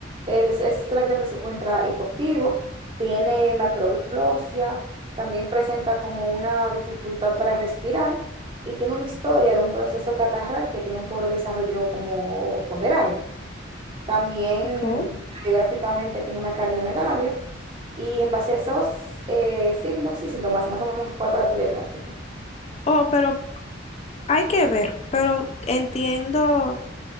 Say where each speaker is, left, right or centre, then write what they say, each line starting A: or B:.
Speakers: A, on the right; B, on the left.
A: el, ese lactante se encuentra hipoactivo, tiene macroglosia, también presenta como una dificultad para respirar y tiene una historia de un proceso catarral que tiene un pobre desarrollo como ponderal. También
B: Ok.
A: radiográficamente tiene una cardiomegalia y en base a esos eh, signos y síntomas, más o menos, ¿cuál fuera tu diagnóstico?
B: Oh, pero hay que ver, pero entiendo